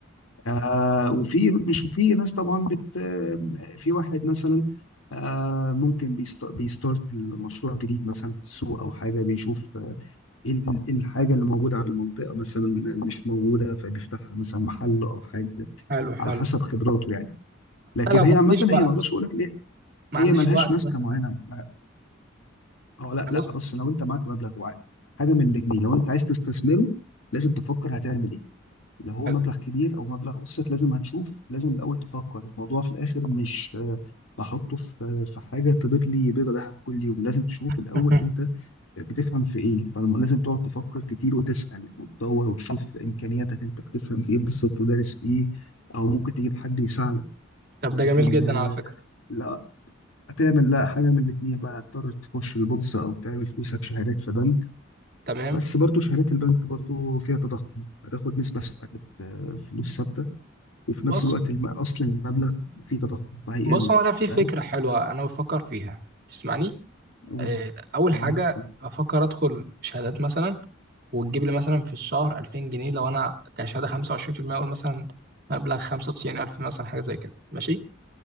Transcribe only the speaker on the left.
آه وفي مش وفي ناس طبعا بت آه، في واحد مثلا آه ممكن بيست- بيستارت مشروع جديد مثلا في السوق او حاجه بيشوف ايه ال- إيه الحاجة اللي موجودة على المنطقة مثلا مش موجودة فبيفتحها مثلا محل أو حاجة
على
حسب خبراته يعني لكن
هي
عامة
هي ما أقدرش أقول لك ليه
هي
ملهاش
ماسكة
معينة
ما- أو لا لا
بص لو أنت معاك مبلغ وعاء حاجة من الاتنين لو أنت عايز تستثمره لازم تفكر هتعمل إيه لو هو
مبلغ كبير أو مبلغ قسط لازم هتشوف لازم الأول تفكر الموضوع في الآخر مش آه، بحطه في آه، في حاجة تبيض لي بيضة ذهب كل يوم لازم تشوف
الأول أنت بتفهم في ايه فلازم تقعد تفكر كتير وتسأل وتدور وتشوف امكانياتك انت بتفهم في ايه بالظبط ودارس ايه او ممكن تجيب حد يساعدك
لكن
آه،
لا تعمل لا حاجه من الاثنين بقى هتضطر تخش البورصه او تعمل فلوسك شهادات في بنك
بس برضو شهادات البنك برضو فيها تضخم هتاخد نسبه ثابتة، آه، فلوس ثابته وفي
نفس الوقت الم- اصل المبلغ فيه تضخم فهيقل
فاهم
قول
معاك
قول